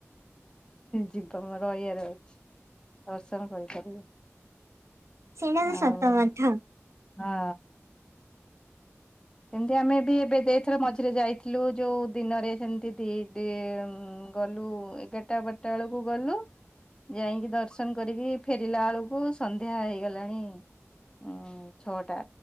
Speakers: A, on the left; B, on the right.
A: ଜୀବନ ରହିବାର ଅଛି ଦର୍ଶନ କରିପାରିବେ।
B: ସେଇଟା ତ
A: ଆଉ
B: ସତ କଥା
A: ଆ ଏମତି ଆମେ ବି ଏବେ ଯେ ଥର ମଝିରେ ଯାଇଥିଲୁ ଯୋଉ ଦିନରେ ସେମିତି ଦି ଦି ଗଲୁ ଏଗାରଟା ବାରଟା ବେଳକୁ ଗଲୁ। ଯାଇଁକି ଦର୍ଶନ କରିକି ଫେରିଲା ବେଳକୁ ସନ୍ଧ୍ୟା ହେଇଗଲାଣି। ଉଁ ଛଅଟା